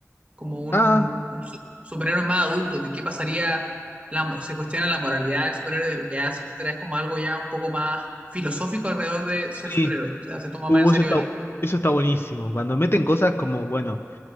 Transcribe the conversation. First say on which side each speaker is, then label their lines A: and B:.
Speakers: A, on the right; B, on the left.
A: como un,
B: Ah,
A: un su- superhéroe más adulto, de qué pasaría, la, mo- se cuestiona la moralidad del superhéroe, de lo que hace, etcétera, es como algo ya un poco más filosófico alrededor de
B: sí.
A: ser superhéroe, o sea, se toma
B: Uh,
A: más en serio
B: eso está,
A: el...
B: eso está buenísimo. Cuando meten cosas como, bueno,